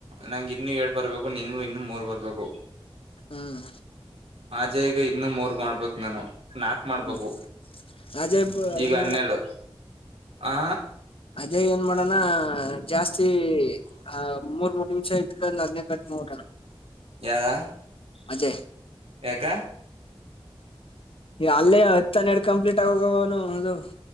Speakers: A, on the right; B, on the left.
A: ನಂಗ ಇನ್ನು ಎರ್ಡ್ ಬರ್ಬೇಕು ನಿಂಗ್ ಇನ್ನು ಮೂರ್ ಬರ್ಬೇಕು
B: ಹ್ಮ್
A: ಆಜೆ ಈಗ ಇನ್ನು ಮೂರ್ ಮಾಡ್ಬೇಕ್ ನಾನು ನಾಲ್ಕ್ ಮಾಡ್ಬೇಕು
B: ಹ್ಮ್ ಅಜಯ್
A: ಈಗ
B: ಏನ್
A: ಹನ್ನೆರ್ಡು ಆ
B: ಅದೇ ಏನ್ ಮಾಡಣ ಆ ಜಾಸ್ತಿ ಆ ಮೂರ್ ಮೂರ್ ನಿಮ್ ಚ ಇಟ್ಕ ಅದ್ನೇ ಕಟ್ ಮಾಡ್ಬಿಡಣ
A: ಯಾರ
B: ಅಜಯ್
A: ಎಕ
B: ಅಲ್ಲೇ ತನ್ ಎಡ್ ಕಂಪ್ಲೀಟ್ ಆಗೋಗುವವ ಅವ್ನು ಹೌದು